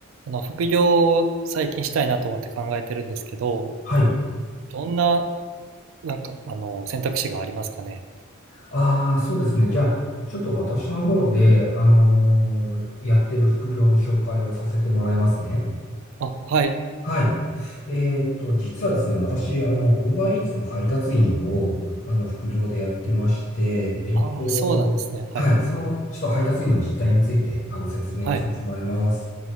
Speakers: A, on the right; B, on the left.
A: あの副業を最近したいなと思って考えてるんですけど、
B: はい。
A: どんな、なんか、あの、選択肢がありますかね。
B: ああ、そうですね。じゃあ、ちょっと私の方で、あのーやってる副業の紹介をさせてもらいますね。
A: あ、はい。
B: はい。でえっと、実はですね、私、あの、Uber Eats の配達員を、あの、副業でやってまして、えっと、
A: ああ、そうなんですね。
B: はい。
A: はい。
B: その、ちょっと配達員の実態について、あの、説明をさせてもらいます。
A: はい。